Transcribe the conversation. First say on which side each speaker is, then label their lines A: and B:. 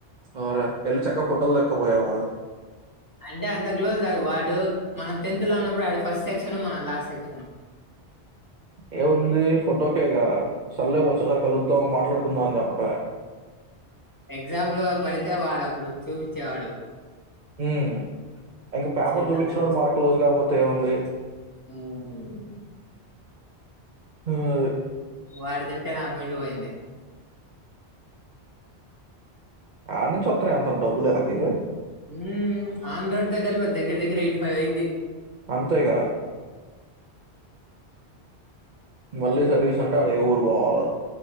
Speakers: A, on the right; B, on the left.
A: అరా పెళ్ళి చక్క ఫోటోలు దక్కపోయావా
B: అంటే అంత క్లోజ్ కాదు వాడు మనం టెన్త్ లో ఉన్నప్పుడు వాడు ఫస్ట్ సెక్షన్ మన లాస్ట్ సెక్షన్
A: ఏముంది ఫోటోకేగా సరె లే ఒ సారి కలుద్దాం మాట్లాడుకుందాం అని చెప్ప ఆ
B: ఎగ్జామ్ లో పడితే వాడప్పుడు చూచేవాడు
A: ఊ ఇంకా పేపర్
B: వీళ్ళంతా
A: చూపించినప్పుడు
B: కూర్చు
A: మన క్లోజ్ కాపోతే ఏ ఉంది
B: ఉమ్,
A: ఊ అదే
B: వాడిదంటే నాకు మైండి పోయింది
A: ఆడ నుంచి వత్తన్నై అంతంత డబ్బులు ఈల్లకి
B: హ ఆంధ్రోడ్ దగకా అల్వత్ దగ్గర దగ్గర ఎయిటి ఫైవ్ ఐద్ది
A: అంతేగా మళ్ళీ సర్వీస్ అంటే అడే ఊరు బోవాల